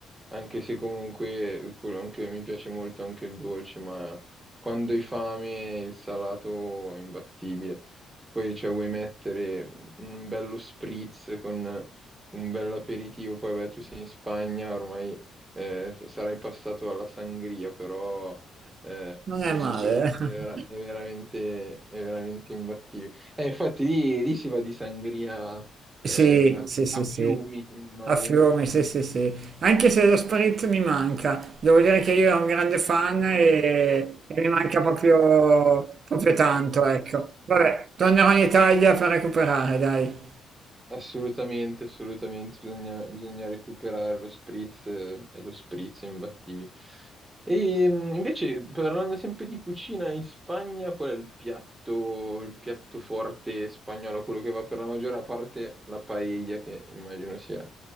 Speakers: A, on the right; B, on the right.
A: Anche se comunque quello anche- mi piace molto anche il dolce, ma quando hai fame il salato è imbattibile. Poi cioè, vuoi mettere un bello spritz con un bel aperitivo, poi beh, tu sei in Spagna, ormai eh, sarai passato alla sangria, però eh,
B: non è
A: lo
B: male.
A: spritz è, vera-
B: <laughs>
A: è veramente, è veramente imbattibile. Eh, infatti lì, lì si va di sangria
B: Sì,
A: eh, a,
B: sì, sì,
A: a
B: sì.
A: fiumi, immagino.
B: A Fiume, sì, sì, sì. Anche se lo spritz mi manca, devo dire che io ero un grande fan e, e mi manca proprio, proprio tanto, ecco. Vabbè, tornerò in Italia per recuperare, dai.
A: Assolutamente, assolutamente, bisogna, bisogna recuperare lo spritz eh, e lo spritz è imbattibile. E mh, invece, parlando sempre di cucina in Spagna, qual è il piatto, il piatto forte spagnolo, quello che va per la maggiore parte la paella, che immagino sia